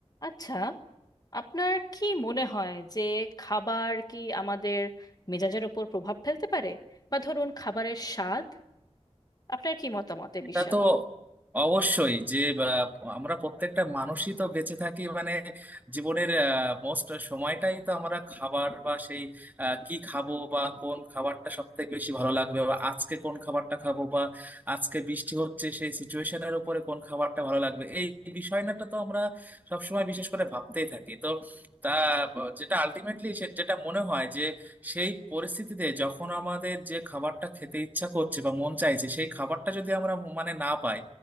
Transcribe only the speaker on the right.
এটা
তো অবশ্যই যে বা, আমরা প্রত্যেকটা মানুষই তো বেঁচে থাকি মানে জীবনের মোস্ট সময়টাই তো আমরা খাবার বা সেই আহ, কি খাবো বা কোন খাবারটা সব থেকে বেশি ভালো লাগবে বা আজকে কোন খাবারটা খাবো বা আজকে বৃষ্টি হচ্ছে সেই সিচুয়েশনের উপরে কোন খাবারটা ভালো লাগবে এই বিষয়টা তো আমরা সবসময় বিশেষ করে ভাবতেই থাকি তো তা আহ, যেটা আলটিমেটলি যেটা মনে হয় যে সেই পরিস্থিতিতে যখন আমাদের যে খাবারটা খেতে ইচ্ছা করছে বা মন চাইছে সেই খাবারটা যদি আমরা মানে না পাই